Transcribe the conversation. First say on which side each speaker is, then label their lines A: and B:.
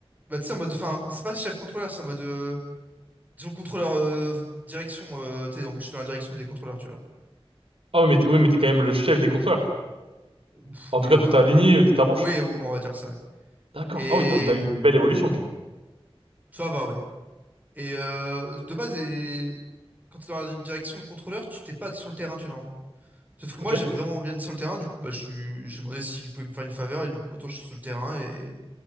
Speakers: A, on the right; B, on the right.
A: bah, tu sais, en mode, enfin, c'est pas chef contrôleur, c'est en mode, euh, disons, contrôleur, euh, en fait, direction, euh, tu sais, en mode, je suis dans la direction des contrôleurs, tu vois. Là.
B: Ah oui, mais t'es oui, mais t'es quand même le chef des contreurs.
A: Ouf,
B: En
A: oui,
B: tout cas,
A: on
B: de
A: va,
B: ta lignée, euh, de ta branche.
A: oui, on va dire ça, ouais.
B: D'accord.
A: Et
B: Ah oui, donc t'as eu une belle évolution quand même.
A: ça va, oui. Et euh, de base, et... quand tu es dans la direction de contrôleur, tu t'es pas sur le terrain, tu vois, normalement. Sauf que
B: Ok.
A: moi, j'aime vraiment bien être sur le terrain, du coup, bah, je suis... j'ai demandé s'il pouvait me faire une faveur, et du coup, maintenant, je suis sur le terrain, et,